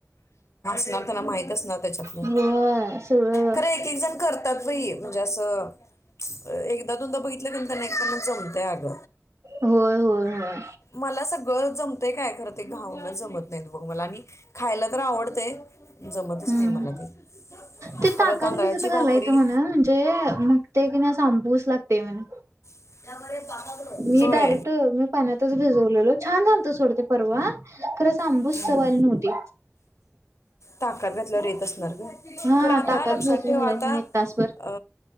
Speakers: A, on the left; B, on the right.
A: त्यांला माहित त्याच्यात ना
B: होय सगळं
A: खरं एक एक जन त्यात बाई म्हणजे असं एकदा दोनदा जमतय अग
B: होय होय होय
A: मला सग ग जमतंय काय खरं ते घावणे जमत नाही बघ मला आणि खायला तर आवडतंय जमतच
B: हम्म
A: नाही मला ते
B: ते
A: परवा
B: ताकत
A: तांदळाची
B: भिजत
A: भाकरी
B: घालाय का म्हणा म्हणजे मगते कि नाही अंबुस लागते म्हण
A: <unintelligible>
B: मी
A: होय
B: डायरेक्ट मी पाण्यातच भिजवलेलो छान झालतो सोडते परवा खरं स आंबूस
A: हम्म.
B: सवाल नव्हती.
A: ताकद घातला रेत अस
B: हा
A: खरा आता
B: ताकात
A: लक्षात
B: भिजत
A: ठेवा
B: घालायच
A: आता
B: म्हण एक तासभर.
A: अ